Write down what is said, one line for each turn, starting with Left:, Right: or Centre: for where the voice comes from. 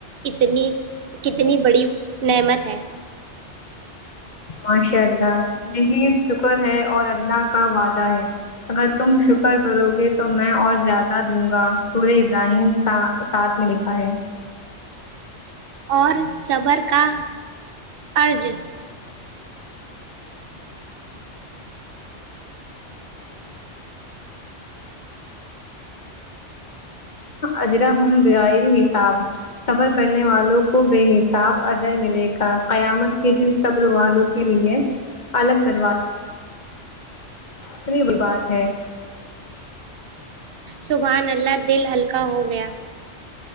Right: اتنی کتنی بڑی نعمت ہے
Left: ماشاء اللہ یہی شکر ہے اور اللہ کا وعدہ ہے اگر تم شکر کرو گے تو میں اور زیادہ دوں گا سورہ ابراہیم ساتھ میں لکھا ہے
Right: اور صبر کا اجر
Left: اجرا <unintelligible> حساب صبر کرنے والوں کو بے حساب اجر ملے گا قیامت کے دن صبر والوں کے لیے الگ دروار اتنی ہی بات ہے
Right: سبحان اللہ دل ہلکا ہو گیا